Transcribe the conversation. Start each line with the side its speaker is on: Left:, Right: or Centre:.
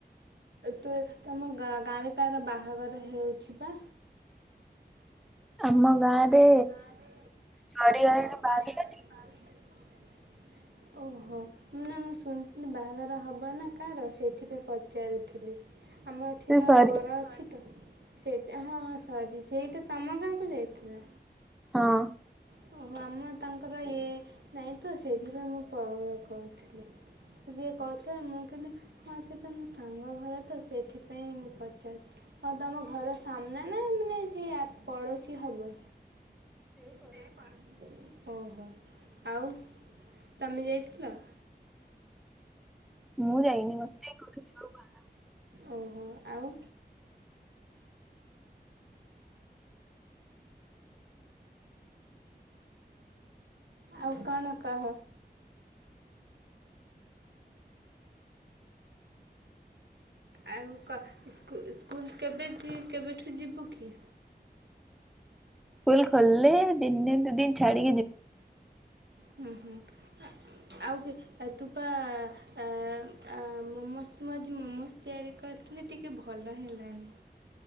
Right: ତୁ ତମ ଗାଁ ଗାଁରେ କାର ବାହାଘର ହେଉଛି ବା।
Centre: ଆମ ଗାଁ ରେ
Right: ଆମ ଗାଁରେ
Centre: ସରିଗଲାଣି
Right: ସର
Centre: ବାରଟା
Right: <unintelligible> ଓହୋ ନା ମୁଁ ଶୁଣିଥିଲି ବାହାଘର ହବ ନା କାର ସେଇଥିପାଇଁ ପଚାରିଥିଲି। ଆମ ଏଠିର
Centre: ସେ ସରି
Right: ବର ଅଛି ତ। ସେଇଟା ହଁ ହଁ ସରି ସେଇଟା ତମ ଗାଁ କୁ ଯାଇଥିଲା।
Centre: ହଁ
Right: ହଁ। ଓହୋ ଆମ ତାଙ୍କର ଇଏ ନାଇଁ ତ ସେଥିପାଇଁ ମୁଁ କ କହୁଥିଲି ସେ ଯିଏ କହୁଥିଲା ମୁଁ କେମିତି ହଁ ସେ ତ ମୋ ସାଙ୍ଗ ଘର ତ ସେଥିପାଇଁ ମୁଁ ପଚାରୁଥିଲି ଆଉ ତମ ଘର ସାମ୍ନା ନା ମାନେ ସେ ଆ ପଡୋଶୀ ହବ? ସେ ପଡ଼ୋଶୀ। ଓହୋ ଆଉ ତମେ ଯାଇଥିଲ?
Centre: ମୁଁ ଯାଇନି ମତେ କୋଉଠିକି ଯିବାକୁ ଭଲ ଲାଗ
Right: ଓହୋ ଆଉ ଆଉ କଣ କହ। ଆଉ କହ ସ୍କୁ-ସ୍କୁଲ୍ କେବେ ଯି କେବେଠୁ ଯିବୁ କି?
Centre: କୁଲ୍ ଖୋଲେ ଦି ତିନ୍ ଦିନ୍ ଛାଡ଼ିକି ଯିବି।
Right: ହୁଁ ହୁଁ ଆ ଆଉ ତୁ ପା ଆ ଆ ମୋମୋସ ମୁଁ ଆଜି ମୋମୋସ ତିଆରି କରିଥିଲି ଟିକେ ଭଲ ହେଲାନି।